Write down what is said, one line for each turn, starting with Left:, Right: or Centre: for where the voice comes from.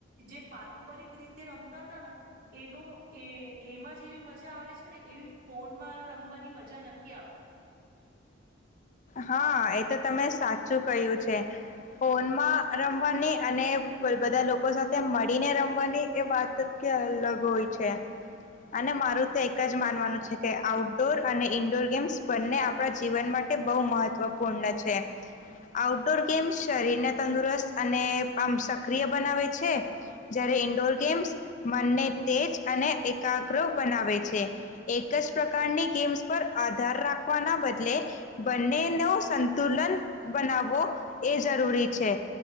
Right: જે પારંપરિક રીતે રમતા હતા ન એનું એ એમાં જેવી મજા આવે છે ને એવી ફોનમાં રમવાની મજા નથી આવતી.
Left: હા એ તો તમે સાચું કહ્યું છે. ફોનમાં રમવાની અને બ-બધા લોકો સાથે મળીને રમવાની એ વાત જ કઈ અલગ હોય છે અને મારું તો એક જ માનવાનું છે કે આઉટડોર અને ઇન્ડોર ગેમ્સ બંને આપણા જીવન મા ટે બોવ મહત્વપૂર્ણ છે. આઉટડોર ગેમ શરીરને તંદુરસ્ત અને આમ સક્રિય બનાવે છે. જ્યારે ઈન્ડોર ગેમ્સ મનને તેજ અને એકાગ્ર બનાવે છે. એક જ પ્રકારની ગેમ્સ પર આધાર રાખવાના બદલે બંનેનું સંતુલન બનાવવો એ જરૂરી છે.